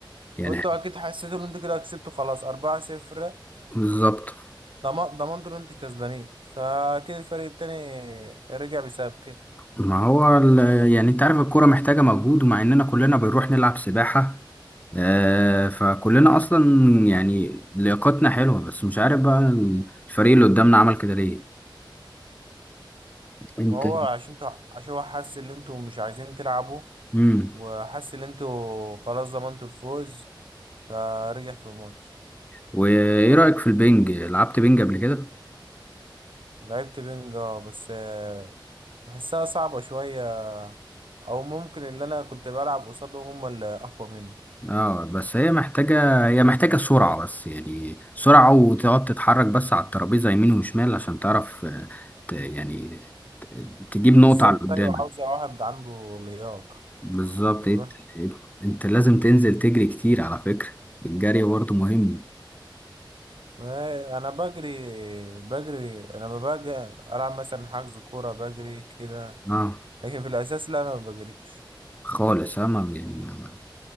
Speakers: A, on the left; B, on the right.
A: يعني
B: وأنتوا أكيد حسيتوا إن أنتوا كده كسبتوا خلاص أربعة صفر
A: بالظبط
B: ضم- ضمنتوا إن أنتوا كسبانين فأكيد الفريق التاني رجع بسبب كده
A: ما هو ال- يعني انت عارف الكورة محتاجة مجهود ومع اننا كلنا بنروح نلعب سباحة آه، فكلنا اصلا يعني لياقتنا حلوة بس مش عارف بقى الفريق اللي قدامنا عمل كده ليه انت
B: ما هو عشان انتوا عشان هو حس إن أنتوا مش عايزين تلعبوا
A: امم
B: وحس إن أنتوا خلاص ضمنتوا الفوز فرجع في الماتش
A: وايه رأيك في البنج لعبت بنج قبل كده
B: لعبت بنج اه بس آه، بحسها صعبة شوية أو ممكن اللي أنا كنت بلعب قصادهم هم اللي أقوى مني
A: اه بس هي محتاجة هي محتاجة سرعة بس يعني سرعة وتقعد تتحرك بس على الترابيزة يمين وشمال عشان تعرف آه، ت- يعني ت- تجيب
B: بالظبط
A: نقطة على اللي قدامك
B: أيوة عاوزة واحد عنده لياقة
A: بالظبط
B: يروح
A: إت... إت... انت لازم تنزل تجري كتير على فكرة الجري برضه مهم
B: آه، أنا بجري بجري أنا لما باجي ألعب مثلا حجز كورة بجري كده
A: اه
B: لكن في الأساس لا أنا ما بجريش
A: خالص اه ما يعني ما ما